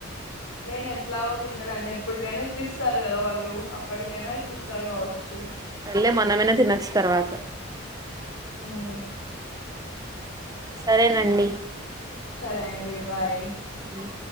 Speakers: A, on the left (about 90°); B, on the right (about 20°).
A: నేను ఎట్లాగో తింటానండి ఎప్పటికైనా ఇప్పిస్తారు కదా వాళ్ళు అప్పటికైనా ఇప్పిస్తారు కావచ్చు
B: సర్లే మనమైనా తినొచ్చు తర్వాత
A: ఉమ్
B: సరేనండి
A: సరే అండి బాయ్
B: ఉమ్